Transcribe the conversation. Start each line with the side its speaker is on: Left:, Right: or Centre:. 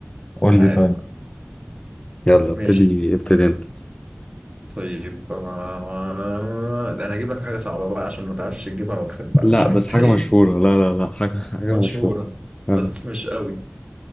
Left: قول
Right: عادي
Left: لي طيب يلا
Right: ماشي
Left: ابتدي ابتدي انت
Right: طيب ما- ده أنا هجيب لك حاجة صعبة بقى عشان ما تعرفش تجيبها وأكسب بقى
Left: لا
Right: عشان
Left: بس
Right: أنت
Left: حاجة
Right: إيه
Left: مشهورة لا لا لا حاجة حاجة
Right: مشهورة
Left: مشهورة آه،
Right: بس مش قوي